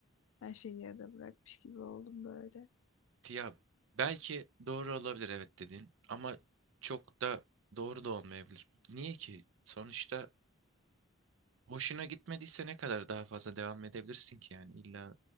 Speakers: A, on the left; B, on the right.
A: Her şeyi yarıda bırakmış gibi oldum böyle.
B: Ya belki doğru olabilir evet dediğin ama çok da doğru da olmayabilir. Niye ki? Sonuçta Hoşuna gitmediyse ne kadar daha fazla devam edebilirsin ki yani illa